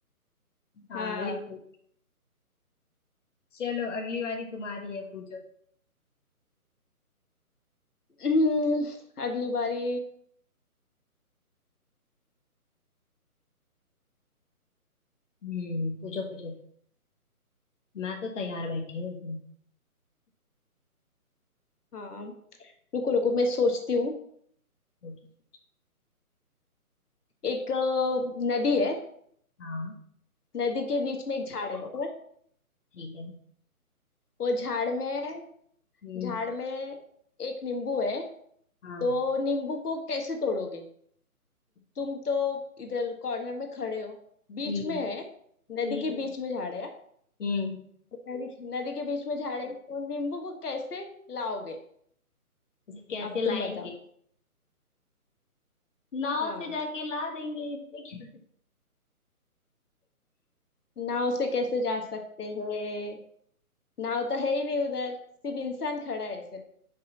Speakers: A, on the left; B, on the left.
A: हाँ
B: हाँ
A: ये सही। चलो अगली बारी तुम्हारी है पूछो
B: हम्म, अगली बारी
A: हम्म, पूछो पूछो मैं तो तैयार बैठी हूँ एकदम।
B: हाँ रुको रुको मैं सोचती हूँ
A: पूछो
B: एक अ, नदी है
A: हाँ
B: नदी के बीच में एक झाड़ है बराबर
A: ठीक है
B: वो झाड़ में
A: हम्म
B: झाड़ में एक नींबू है
A: हाँ
B: तो नींबू को कैसे तोड़ोगे तुम तो इधर कॉर्नर में खड़े हो बीच
A: हम्म
B: में है नदी
A: हम्म
B: के बीच में झाड़ है
A: हम्म,
B: नदी नदी के बीच में झाड़ है तो नींबू को कैसे लाओगे
A: इसे कैसे
B: अब
A: लाएंगे
B: तुम बताओ
A: नाव
B: हाँ
A: से जाके ला देंगे इसमें क्या
B: नाव से कैसे जा सकते हैं नाव तो
A: है?
B: है ही नहीं उधर सिर्फ इंसान खड़ा है सिर्फ